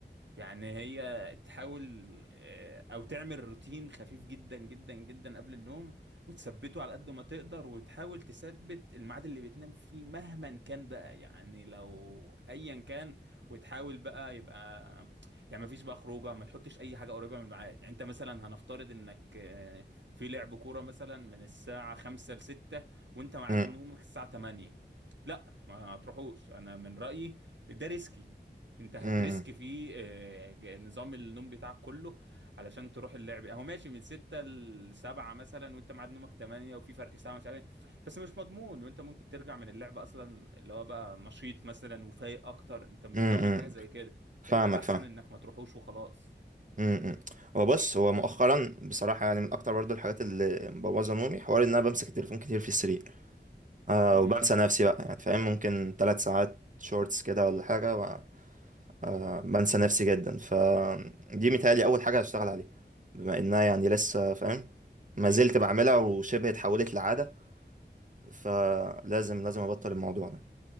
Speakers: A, on the right; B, on the right.
A: يعني هي تحاول آه، او تعمل روتين خفيف جدا جدا جدا قبل النوم وتثبته على قد ما تقدر وتحاول تثبت الميعاد اللي بتنام فيه مهما كان بقى يعني لو ايا كان وتحاول بقى يبقى يعني ما فيش بقى خروجه ما تحطش اي حاجه قريبه من الميعاد يعني انت مثلا هنفترض انك آه، في لعب كوره مثلا من الساعه 5 ل 6 وانت ميعاد
B: امم
A: نومك الساعه 8 لا ما تروحوش انا من رايي ده ريسكي انت هتريسك
B: امم
A: فيه آه، ج- نظام النوم بتاعك كله علشان تروح اللعب اهو ماشي من 6 ل 7 مثلا وانت ميعاد نومك 8 وفي فرق ساعه مش عارف ايه بس مش مضمون وانت ممكن ترجع من اللعب اصلا اللي هو بقى نشيط مثلا وفايق اكتر انت مش
B: امم
A: ضامن
B: امم.
A: حاجه زي كده
B: فاهمك
A: فيبقى الاحسن
B: فاهم
A: انك ما تروحوش وخلاص
B: امم امم. هو بص هو مؤخرا بصراحه يعني من اكتر برضو الحاجات اللي مبوظه نومي حوار ان انا بمسك التليفون كتير في السرير آه
A: امم
B: وبنسى نفسي بقى يعني فاهم ممكن ثلاث ساعات شورتس كده ولا حاجه و- آه،
A: يا نهار ابيض
B: بنسى نفسي جدا فدي متهيألي اول حاجه هشتغل عليها بما انها يعني لسه فاهم
A: امم
B: ما زلت بعملها وشبه اتحولت لعاده فلازم لازم ابطل الموضوع ده